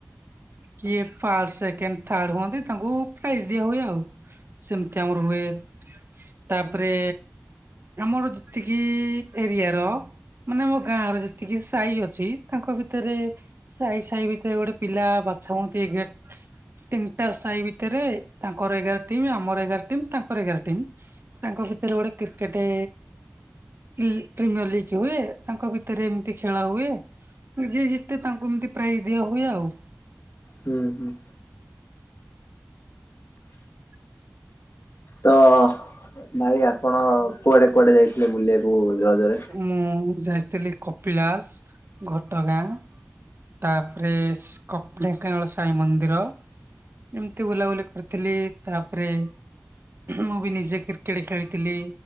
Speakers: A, on the right; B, on the left.
A: କିଏ ଫାଷ୍ଟ, ସେକେଣ୍ଡ ଥାର୍ଡ ହୁଅନ୍ତି ତାଙ୍କୁ ପ୍ରାଇଜ ଦିଆ ହୁଏ ଆଉ ସେମତି ଆମର ହୁଏ। ତାପରେ ଆମର ଯେତିକି ଏରିଆର ମାନେ ଆମ ଗାଁର ଯେତିକି ସାହି ଅଛି ତାଙ୍କ ଭିତରେ ସାହି ସାହି ଭିତରେ ଗୋଟେ ପିଲା ବଛା ହୁଅନ୍ତି ଏ ଗେଟ ତିନିଟା ସାହି ଭିତେରେ ତାଙ୍କର ଏଗାର ଟିମ୍, ଆମର ଏଗାର ଟିମ୍, ତାଙ୍କର ଏଗାର ଟିମ୍। ତାଙ୍କ ଭିତରେ ଗୋଟେ କ୍ରିକେଟେ ପ୍ରି ପ୍ରିମିୟର ଲିଗ୍ ହୁଏ ତାଙ୍କ ଭିତରେ ଏମତି ଖେଳ ହୁଏ। ଯିଏ ଜିତେ ତାଙ୍କୁ ଏମତି ପ୍ରାଇଜ୍ ଦିଆ ହୁଏ ଆଉ।
B: ହୁଁ ହୁଁ।
A: <inaudible>
B: ତ ଭାଇ ଆପଣ କୁଆଡେ କୁଆଡେ ଯାଇଥିଲେ ବୁଲିବାକୁ ରଜରେ?
A: ମୁଁ ଯାଇସଥିଲି କପିଳାସ, ଘଟଗାଁ ତାପରେସ କପିଳ ଢେଙ୍କାନାଳ ସାଇ ମନ୍ଦିର ଏମିତି ବୁଲାବୁଲି କରିଥିଲି ତାପରେ ମୁଁ ବି ନିଜେ କ୍ରିକେଟ ଖେଳିଥିଲି